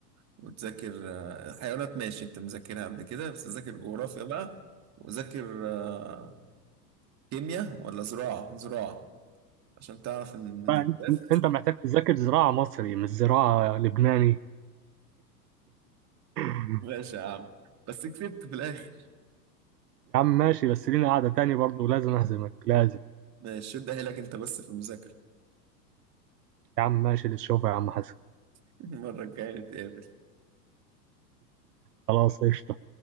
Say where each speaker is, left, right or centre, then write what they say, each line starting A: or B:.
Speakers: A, on the right; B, on the right.
A: وتذاكر آه، حيوانات ماشي انت مذاكرها قبل كده بس ذاكر جغرافيا بقى وذاكر آه، كيمياء ولا زراعة زراعة عشان تعرف انه
B: بقى
A: بجد
B: انت انت محتاج تذاكر زراعة مصري مش زراعة لبناني <laughs>
A: ماشي يا عم بس كسبت في الاخر
B: يا عم ماشي بس لينا قعدة تاني برضه لازم أهزمك لازم
A: ماشي ده لك انت بس في المذاكرة
B: يا عم ماشي للشوفة يا عم حسن
A: <laughs> المرة الجاية نتقابل
B: خلاص قشطة